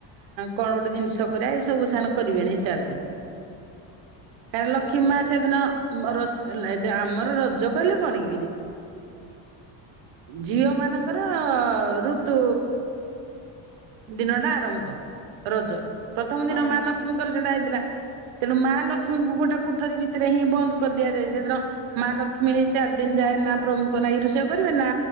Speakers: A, on the right; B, on the left.
A: କଣ ଗୋଟେ ଜିନିଷ କରିବା ଏଇ ସବୁ ସାନ କରିବେନି ଚାରି ଦିନି କାଁ
B: ଭଲ
A: ଲକ୍ଷ୍ୀମା
B: ମୁଁ
A: ସେଦିନ ର ହେଲା ଏ ଆମର ରଜ କହିଲେ କଣ କି ଝିଅ ମାନଙ୍କ। ଙ୍କର ଋତ ତୁ ଦିନ ଟା ଆରମ୍ଭ। ରଜ ପ୍ରଥମ
B: ହଁ
A: ଦିନ
B: ଆଣ୍ଟି
A: ମା ଲକ୍ଷ୍ମୀଙ୍କର ସେଟା ହେଇଥିଲା। ତେଣୁ ମା ଲକ୍ଷ୍ମୀଙ୍କୁ ଗୋଟେ କୋଠରୀ ଭିତରେ ହିଁ ବନ୍ଦ। କରିଦିଆଯାଏ ସେଦିନ ମା ଲକ୍ଷ୍ମୀ ହେଇ ଚାରି ଦିନ ଯାଏ ନା ପ୍ରଭୁଙ୍କ ନା ଏଇ ରୋଷେଇ କରିବେ ନା